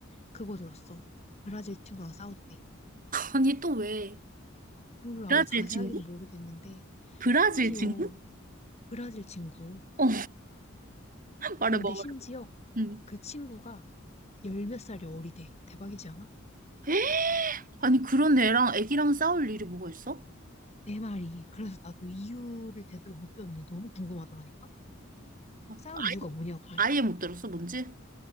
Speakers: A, on the left; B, on the right.
A: 그거 들었어. 브라질 친구랑 싸웠대.
B: 아니, 또 왜?
A: 몰라,
B: 브라질
A: 자세하게는
B: 친구?
A: 모르겠는데.
B: 브라질
A: 심지어
B: 친구?
A: 브라질 친구.
B: 어, <laughs> 말해봐,
A: 근데
B: 말해봐.
A: 심지어
B: 응.
A: 그 친구가 열몇 살이 어리대. 대박이지 않아?
B: 에? 아니, 그런 애랑 애기랑 싸울 일이 뭐가 있어?
A: 내 말이. 그래서 나도 이유를 제대로 못 들었는데 너무 궁금하더라니까?
B: 아,
A: 싸울
B: 아예,
A: 이유가 뭐냐고.
B: 아예 못 들었어, 뭔지?